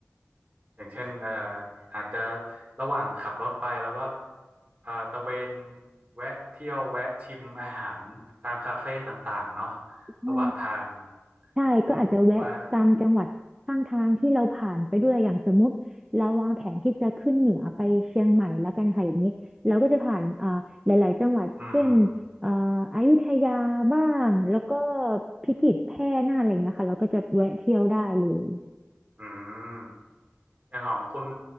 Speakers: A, on the right; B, on the right.
A: อย่างเช่นเอ่ออาจจะระหว่างขับรถไปแล้วก็เอ่อตะเวนแวะเที่ยวแวะชิมอาหารตามคาเฟ่ต่างๆเนาะ
B: ใช่
A: ระหว่างทาง
B: ใช่ก็อาจจะแวะตามจังหวัดข้างทางที่เราผ่านไปด้วยอย่างสมมุติเราวางแผนที่จะขึ้นเหนือไปเชียงใหม่แล้วกันค่ะอย่างนี้เราก็จะผ่านอ่าหลายๆจังหวัดเช่น
A: อืมผมว่าอืม
B: อ่าอยุธยาบ้างแล้วก็พิจิตรแพร่น่านอะไรเงี้ยค่ะเราก็จะแวะเที่ยวได้เลย
A: อืมอย่างของคุณ